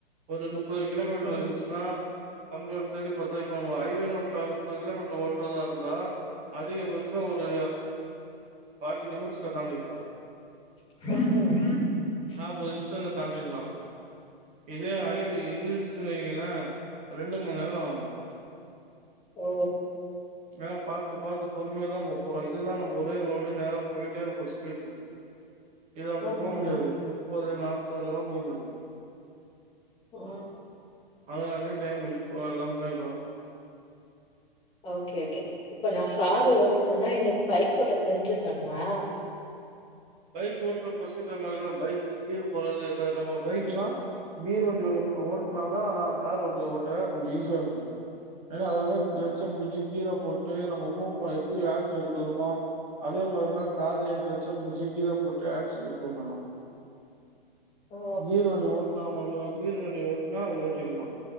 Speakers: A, on the right; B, on the left.
A: ஒரு முப்பது கிலோமீட்டர்
B: ஆ
A: இருந்துச்சுன்னா அம்பது சரி பத்த <unintelligible> முப்பது கிலோமீட்டர் ஓட்றத இருந்தா அதிகபட்ச ஒரு பார்ட்டி நிமிட்ஸ தாண்டிக்லா
B: ஹ
A: நாப்பது நிமிஷம்ல தாண்டிடலா இதே ஆய்வு
B: ஆ,
A: <unintelligible> வை ன ரெண்டு மணி நேர ஆகு
B: ஓ
A: ஏன்னா பாத்து பாத்து பொறுமையாதா போ போறோ இதுனா நமக்கு ஒரே ரோடு நேரா போயிட்டே இருப்போ ஸ்பீட்ல இது அப்படி
B: ஆமா.
A: போக முடியாது முப்பது நாப்பதுலதா போக முடியு
B: ஆ
A: அதது அ டைம் இழுக்கு அல்லா போயிடு
B: ஓகே ஓகே இப்ப நா காரு ஓட்டனுன்னா எனக்கு பைக் ஓட்ட தெரிஞ்சிருக்கணுமா
A: பைக் ஓட்ட ஃபர்ஸ்ட் இந்த மாரி தான் பைக்கு கீரு இப்ப ஒரு ந நம்ம பைக்குனா கீர் வண்டி எடுத்து ஓட்னா தா கார் வந்து ஓட்டவே கொஞ்ச ஈஸியா இருக்கு ஏன்னா அதுல தா கிளட்ச புடிச்சு கீர போட்டு நாம மு எப்படி ஆக்சிலேட் குடுக்கறமோ அதே மாரி தா கார்லையு கிளட்ச புடிச் சு கீர போட்டு ஆக்சிலேட்டர் குடுக்கணு
B: ஓ
A: கீர்வண்டி ஓட்டனா மட்டு கீர்வண்டி ஓட்டனா அது ஓட்டிடலா